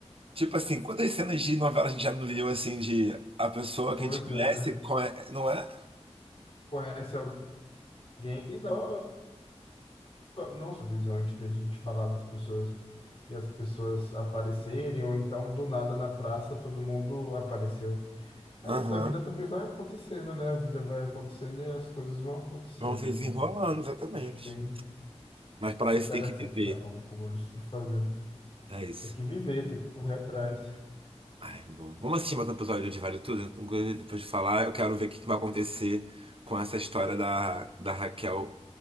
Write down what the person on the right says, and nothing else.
Tipo assim, quantas cenas de novela a gente já não viu assim de a pessoa
que a gente conhece,
come- não é?
Aham.
Vão se desenrolando,
exatamente.
Mas para
isso tem que viver.
É isso.
Ai, vou- Vamos assistir mais um episódio de Vale Tudo? Então, Depois de falar, eu quero ver o que que vai acontecer com essa história da, da Raquel